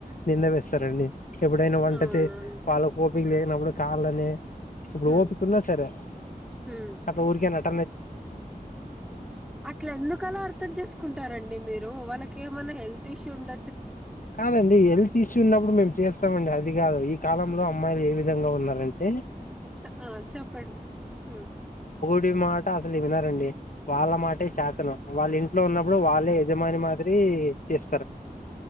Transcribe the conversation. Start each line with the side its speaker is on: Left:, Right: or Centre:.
Left: నింద వేస్తారండి ఎప్పుడైనా వంట
Centre: అవునండి
Left: చే వాళ్ళ కోపకి లేకినప్పుడు కాలనే ఇప్పుడు
Centre: హ్మ్.
Left: ఓపుకున్నా సరే
Centre: హ్మ్.
Left: అట్లా ఊరికేనాట్ట
Centre: అట్లా ఎందుకలా అర్థం చేసుకుంటారండి మీరు వాళ్ళకి ఏమన్నా హెల్త్ టిష్ ఉండ
Left: కాదండి హెల్త్ ఇష్యూ ఉన్నప్పుడు మేము చేస్తామండి అది కాదు ఈ కాలంలో అమ్మాయిలు ఏ విధంగా ఉన్నారంటే
Centre: ఆ చెప్పండి హ్మ్
Left: రి మాట అసలు వినరండి వాళ్ళ మాటే శాసనం వాళ్ళ ఇంట్లో ఉన్నప్పుడు వాళ్ళ అంటే యజమాని మాదిరి చేస్